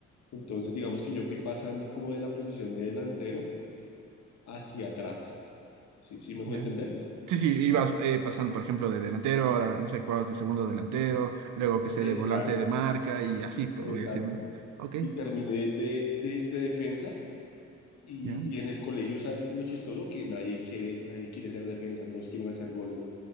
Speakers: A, on the left (about 65°); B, on the right (about 75°).
A: Entonces, digamos que yo fui pasando como de la posición de delantero hacia atrás. ¿Sí, sí me hago
B: Ya.
A: entender?
B: Sí, sí, ibas eh, pasando, por ejemplo, de delantero, a no sé, jugabas de segundo delantero, luego que sé,
A: Exacto,
B: de volante de marca y así progresivamente.
A: exacto.
B: Ok,
A: Y terminé de, de de defensa Y,
B: ya.
A: y en el colegio, ¿sabes qué es lo chistoso? Que nadie quiere, nadie quiere ser defensa, todos quieren hacer goles.